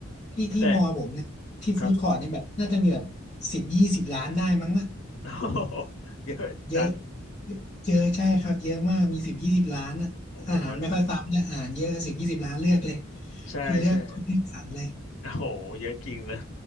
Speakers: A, on the left; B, on the left.
A: ที่ที่มอผมเนี่ยที่ฟู้ดคอร์ทนี่แบบน่าจะมีแบบสิบยี่สิบล้านได้มั้งอะ
B: แต่ครับ <laughs> เยอะจัง
A: เยอะเยอะใช่ครับเยอะมากมีสิบยี่สิบล้านอะอาหารไม่ค่อยซ้ำเนี่ยอาหารเยอะสิบยี่สิบล้านเลือกเลย
B: ของผมมันใช่ใช่
A: คุณเลือกคุณเลือกสรรเลย
B: โอ้โหเยอะจริงนะ